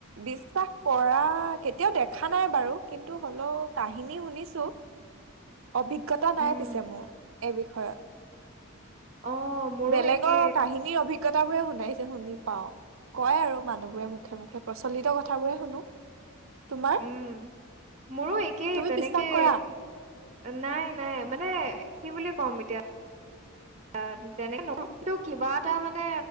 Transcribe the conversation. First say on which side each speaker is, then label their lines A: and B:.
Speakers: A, on the right (about 70°); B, on the right (about 35°).
A: বিশ্বাস কৰা কেতিয়াও দেখা নাই বাৰু কিন্তু হলেও কাহিনী শুনি অভিজ্ঞতা নাই
B: উম
A: পিছে মোৰ এই বিষয়ত।
B: অ' মোৰো
A: বেলেগৰ
B: একে
A: কাহিনীৰ অভিজ্ঞতা বোৰে শুনাইছে শুনি পাও। কয় আৰু মানুহবোৰে মুখে মুখে প্ৰচলিত কথাবোৰে শুনো। তোমাৰ
B: উম, মোৰো একেই
A: তুমি
B: তেনেকে।
A: বিশ্বাস কৰা
B: নাই নাই মানে কি বুলি কম এতিয়া য়া অ তেনেকে নক কিন্তু কিবা এটা মানে